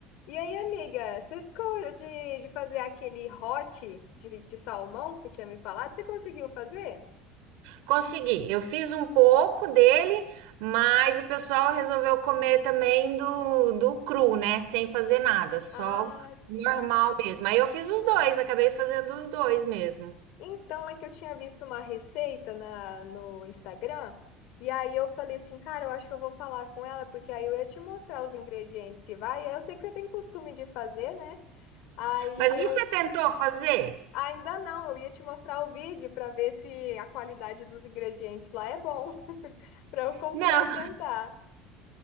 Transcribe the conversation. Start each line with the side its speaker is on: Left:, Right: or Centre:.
Left: E aí, amiga, você ficou de, de fazer aquele hot de, de salmão que você tinha me falado? Você conseguiu fazer?
Right: Consegui. Eu fiz um pouco dele, mas o pessoal resolveu comer também do, do cru, né? Sem fazer nada, só
Left: Ah, sim.
Right: normal mesmo. Aí eu fiz os dois, acabei fazendo os dois mesmo.
Left: Então, é que eu tinha visto uma receita na, no Instagram, e aí eu falei assim, cara, eu acho que eu vou falar com ela, porque aí eu ia te mostrar os ingredientes que vai, e aí eu sei que você tem costume de fazer, né? Aí
Right: Mas
Left: eu
Right: você tentou fazer?
Left: ainda não, eu ia te mostrar o vídeo para ver se a qualidade dos ingredientes lá é bom, <laughs> para eu comprar
Right: Não,
Left: e tentar.